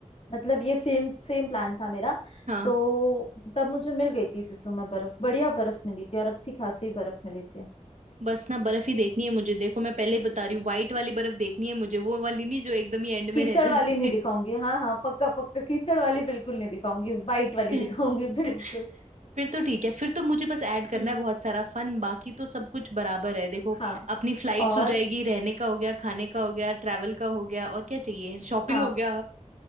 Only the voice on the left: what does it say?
मतलब ये सेम सेम प्लान था मेरा
तो तब मुझे मिल गई थी सिसु में बर्फ बढ़िया बर्फ मिली थी और अच्छी खासी बर्फ मिली थी
कीचड़
वाली नहीं दिखाऊंगी हाँ हाँ पक्का पक्का कीचड़ वाली बिल्कुल नहीं दिखाऊंगी वाइट वाली
दिखाऊंगी <laughs> बिल्कुल
हम्म
हाँ
और
हाँ